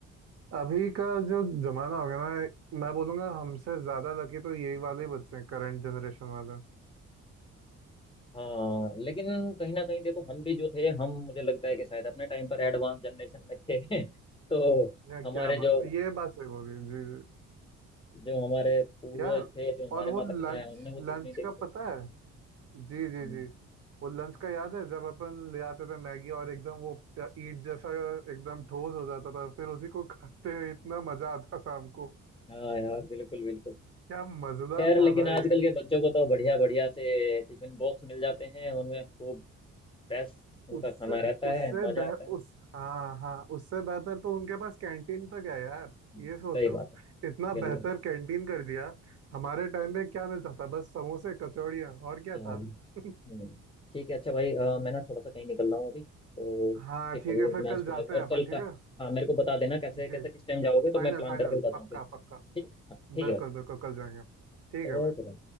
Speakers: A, on the right (about 55°); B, on the left (about 20°).
A: अभी का जो जमाना हो गया ना मैं बोलूंगा हमसे ज्यादा लकी तो यही वाले ही बच्चे हैं करंट जनरेशन वाले
B: हाँ लेकिन कहीं ना कहीं देखो हम भी जो थे हम मुझे लगता है कि शायद अपने टाइम पर एडवांस जनरेशन में थे <laughs> तो
A: या
B: हमारे
A: क्या बात
B: जो
A: ये बात सही बोली जी जी
B: जो हमारे पूर्वज
A: यार
B: थे जो हमारे
A: और वो
B: माता पिता
A: लंच
B: है उन्होंने वो
A: लंच
B: चीज नहीं देखी
A: का पता है जी जी
B: हम्म,
A: जी वो लंच का याद है जब अपन ले आते थे मैगी और एकदम वो ईट जैसा एकदम ठोस हो जाता था फिर उसी को खाते हुए इतना मजा आता था हमको
B: हाँ यार बिल्कुल बिल्कुल
A: क्या मजेदार
B: खैर लेकिन
A: था भाई
B: आजकल के बच्चों को तो बढ़िया बढ़िया से टिफिन बॉक्स मिल जाते हैं उनमें खूब फ्रेश उनका
A: उससे
B: खाना रहता
A: उससे
B: है मजा
A: बेह
B: आता है
A: उस हाँ हाँ उससे बेहतर तो उनके पास कैंटीन तक है यार
B: हम्म,
A: ये सोचो
B: सही बात है
A: इतना
B: बिल्कुल
A: बेहतर
B: बिल्कुल
A: कैंटीन कर दिया हमारे टाइम में क्या मिलता था बस समोसे कचौड़ियाँ और क्या
B: चलो
A: था <laughs>
B: हम्म, ठीक है अच्छा भाई अ, मैं ना थोड़ा सा कहीं निकल रहा हूँ अभी तो
A: हाँ
B: फिर
A: ठीक
B: अभी
A: है
B: अपना
A: फिर कल
B: स्कूल
A: जाते
B: लग
A: हैं
B: और
A: अपन
B: कल
A: ठीक
B: का
A: है
B: हाँ मेरे को बता देना कैसे
A: जी
B: कैसे किस टाइम जाओगे तो
A: फाइनल
B: मैं प्लान
A: फाइनल
B: करके बताता
A: पक्का
B: हूँ फिर
A: पक्का
B: ठीक हाँ ठीक
A: बिल्कुल
B: है भाई
A: बिल्कुल कल जाएंगे अपन ठीक है
B: ओके
A: भाई